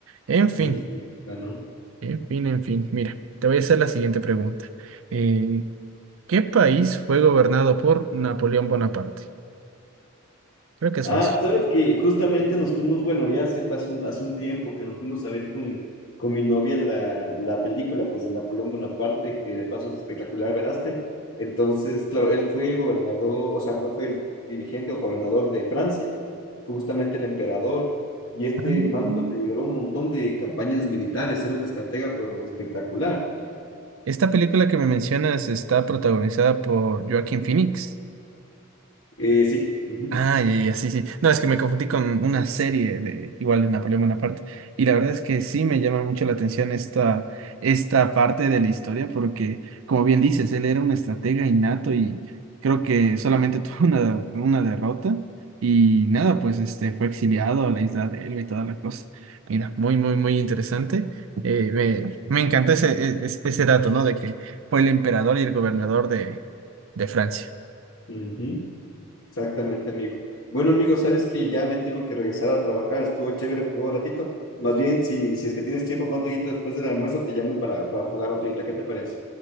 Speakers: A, on the right; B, on the left.
A: En
B: Sí,
A: fin.
B: ganó.
A: En fin, en fin, mira, te voy a hacer la siguiente pregunta. Eh, ¿qué país fue gobernado por Napoleón Bonaparte? Creo que es
B: Ah,
A: fácil.
B: sabes que justamente nos fuimos, bueno, ya hace, hace un, hace un tiempo que nos fuimos a ver con, con mi novia la, la película, pues, de Napoleón Bonaparte, que de paso es espectacular, ¿veraste? Entonces, claro, él fue el gobernador, o sea, fue, fue el dirigente o gobernador de Francia, fue justamente el emperador, y este
A: Ah,
B: man, pues, lideró un montón de campañas militares, era un estratega, pero espectacular.
A: Esta película que me mencionas está protagonizada por Joaquín Phoenix.
B: Eh, sí, ujú,
A: Ah, ya, ya, sí, sí. No, es que me confundí con una serie de igual de Napoleón Bonaparte. Y la verdad es que sí me llama mucho la atención esta, esta parte de la historia, porque, como bien dices, él era un estratega innato y creo que solamente <laughs> tuvo una, una derrota. Y nada, pues este fue exiliado a la isla de Elba y toda la cosa. Mira, muy, muy, muy interesante. Eh, me, me encantó ese, e- e- ese dato, ¿no? De que fue el emperador y el gobernador de, de Francia.
B: ujú. Exactamente, amigo. Bueno, amigo, sabes que ya me tengo que regresar a trabajar. Estuvo chévere jugó un ratito. Más bien, si, si es que tienes tiempo más luego después del almuerzo, te llamo para, para jugar otro. ¿Qué te parece?